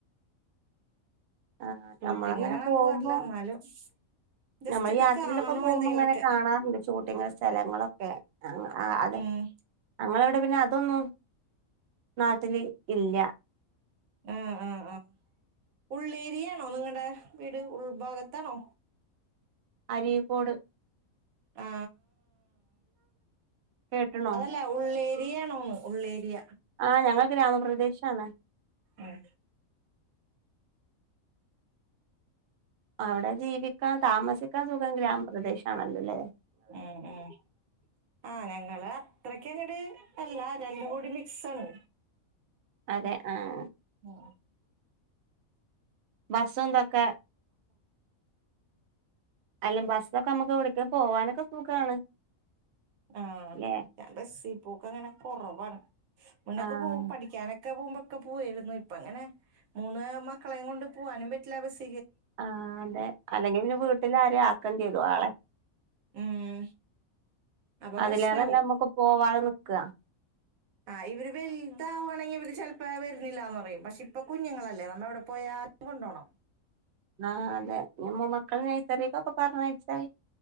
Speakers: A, on the right (about 65°); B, on the right (about 85°).
A: ആ
B: ഷൂട്ടിംഗ്
A: നമ്മളങ്ങനെ
B: കാണാൻ
A: പോകുമ്പോ
B: പോവാറില്ല എന്നാലും ജസ്റ്റ്
A: നമ്മൾ
B: ഒക്കെ
A: യാത്രയിലൊക്കെ
B: കാണും
A: പോകുമ്പോ
B: എന്തെങ്കിലുമൊക്കെ
A: ഇങ്ങനെ കാണാറുണ്ട് ഷൂട്ടിംഗ് സ്ഥലങ്ങളൊക്കെ അത്
B: ഉം
A: ഞങ്ങൾ ഇവിടെ പിന്നെ അതൊന്നും നാട്ടില് ഇല്ല
B: ആഹ് ആഹ് ആഹ് ഉള്ളേരിയാണോ നിങ്ങളടെ വീട് ഉൾഭാഗത്താണോ?
A: അരീക്കോട്
B: ആ
A: കേട്ടണോ
B: അതല്ല ഉള്ളേരി ഉള്ളേരി ആണോന്ന് ഉള്ള ഏരിയ
A: ആഹ് ഞങ്ങൾ ഗ്രാമപ്രദേശ പ്രദേശാണ്
B: ഉം
A: അവിടെ ജീവിക്കാൻ താമസിക്കാൻ സുഖം ഗ്രാമപ്രദേശാണല്ലോല്ലേ
B: ഉം ഉം ആഹ് ഞങ്ങള് അത്രക്കങ്ങട് അല്ല രണ്ട് കൂടി മിക്സാണ്
A: അതെ ആഹ്
B: ആ
A: ബ ബസ്സും ഇതൊക്കെ അല്ല ബസ്സൊക്കെ നമ്മുക്ക് ഇവിടക്ക പോവാനൊക്കെ സുഖാണ്
B: ആഹ്
A: ല്ലേ
B: ഞാൻ ബസിൽ പോക്ക് അങ്ങനെ കുറവാണ് മുന്നൊക്കെ
A: ആഹ്
B: പോകും പഠിക്കാനൊ ക്കെ പോവുമ്പോകേ പോവാരുന്നു ഇപ്പ അങ്ങനെ മൂന്ന് മക്കളെ കൊണ്ട് പോവാനും പറ്റില്ല ബസിൽ
A: ആഹ് അതെ അല്ലെങ്കിൽ പിന്നെ വീട്ടിലാരേം ആക്കണ്ടി വരും ആളെ
B: ഉം അപ്പൊ
A: അതിലേറെല്ലാം
B: പ്രശ്നാവും
A: നമ്മുക്ക് പോവാതെ നിക
B: ആഹ് ഇവര് വലുതാവാണെങ്കിൽ ഇവര് ചെല വാ വരുന്നില്ലാന്നു പറയും പക്ഷെ ഇപ്പൊ കുഞ്ഞുങ്ങളല്ലേ നമ്മ എവിടെ പോയാലും കൊണ്ടോണം
A: ആഹ് അതെ നമ്മ മക്കളെ നഴ്സറിക്കൊക്കെ പറഞ്ഞയച്ചാൽ